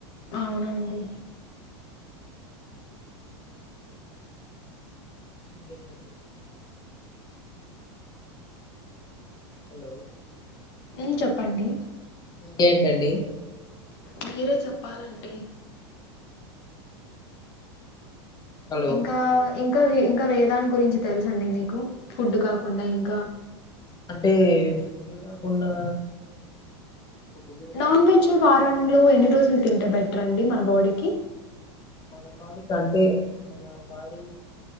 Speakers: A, on the left (about 60°); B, on the left (about 30°).
A: అవున అండి
B: ఇంకేంటండి హలో
A: మ్ చెప్పండి
B: ఇంకేంటండి
A: మీరే చెప్పాలండి
B: హలో
A: ఇంకా ఇంకా ఇంకా వేదాన్ని గురించి తెలుస అండి మీకు ఫుడ్ కాకుండా ఇంకా
B: అంటే ఫుడ్ కాకుండా ఫుడ్ గురించి
A: నాన్
B: ఎక్కువ
A: వెజ్ వారంలో ఎన్ని రోజులు తింటే బెటర్ అండి మన బాడీకి
B: మన బాడీకి అంటే మన బాడీ